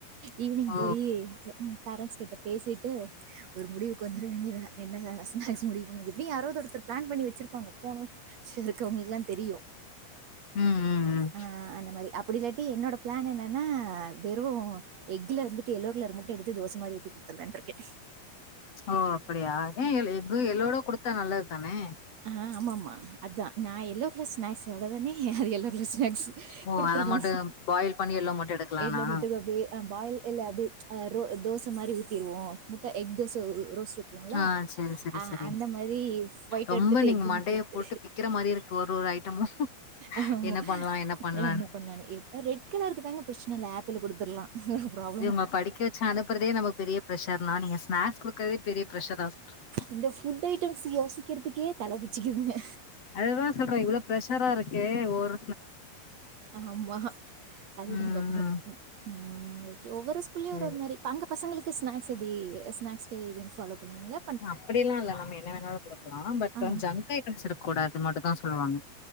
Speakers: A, on the right; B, on the left.
A: ஈவினிங்
B: ஓ
A: போய் பேரண்ட்ஸ் கிட்ட பேசிட்டு ஒரு முடிவுக்கு வந்துடவேண்டிதா என்ன ஸ்னாகஸ் முடிவு பண்ணி எப்டியு யாராவது ஒருத்தத்துல பிளான் பண்ணி வச்சிருப்பாங்க போனது <unintelligible> அவங்களுக்குலா தெரியு
B: ம் ம் ம்
A: ஆ அந்த மாரி அப்டி இல்லாட்டி என்னோட பிளான் என்னன்னா வெறு எக்ல இருந்துட்டு எல்லோ கலர மட்டு எடுத்து தோச மாரி ஊத்தி குடுத்துலான்னு இருக்க
B: ஓ அப்டியா ஏன் எஃகு எல்லோடோ கொடுத்தா நல்லது தானே
A: ஆ ஆம ஆமா அதா நா எல்லோ கலர் ஸ்நாக்ஸ் எவ்வளவு தானே அது எல்லோ கலர் ஸ்நாக்ஸு
B: ஓ
A: கொடுத்துருவோ
B: அத மட்டு பாயில் பண்ணி எல்லோ மட்டு எடுக்கலானா
A: எல்லோ மட்டு அப்டியே பாயில் இல்ல அப்டி அ ரோ தோச மாரி ஊத்திருவோ முட்டை எக் தோச ரோஸ்டு போல
B: ஆ சேரி சேரி
A: ஆ
B: சேரி
A: அந்த மாரி ஃபயட்டு
B: ரொம்ப
A: எடுத்து எக்கு
B: நீங்க மண்டைய
A: மட்டு எடுத்து
B: போட்டு பிக்கிற மாரி இருக்கு ஒரு ஒரு ஐட்டமு
A: ஆமா
B: என்ன பண்லா பண்லான்னு
A: என்ன பண்ணலானு எக் ரெட்கலருக்கு தாங்க பிரச்சன இல்ல ஆப்பிள் கொடுத்துடலாம் ஒரு ப்ரோப்
B: இவங்க படிக்க வச்சு அனுப்புறதே நமக்கு பெரிய பிரெஷர்னா நீங்க ஸ்நாக்ஸ் கொடுகறதே பெரிய பிரஷர் சொல்றிங்க
A: இந்த ஃபுட் ஐட்டம்ஸ் யோசிக்கிறதுக்கே தலை பிச்சுக்குதுங்க
B: அதுதா சொல்ற இவ்ளோ ப்ரஷரா இருக்கே ஒர்
A: ஆமா அதுதா
B: ம்
A: இப்ப ப்ராப்ளம்
B: ம்
A: ம் ஓகே ஒவ்வொரு ஸ் கூல்லயு
B: சேரி
A: ஒரு ஒரு மாரி ப அங்க பசங்களுக்கு ஸ்நாக்ஸ் எப்டி ஸ்நாக்கு ஏது ஃபாலோ பண்வீங்களா
B: அப்டிலா இல்ல நம்ம என்ன வேணாலு கொடுக்கலா பட்
A: ஆ.
B: ஜங்க் ஐட்டம்ஸ் இருக்க கூடாது அத மட்டு தா சொல்லுவாங்க